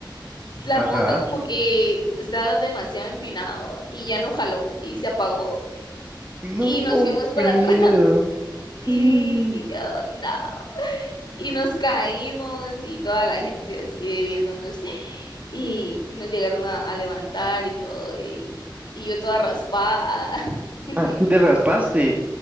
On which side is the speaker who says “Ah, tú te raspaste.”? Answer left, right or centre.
Right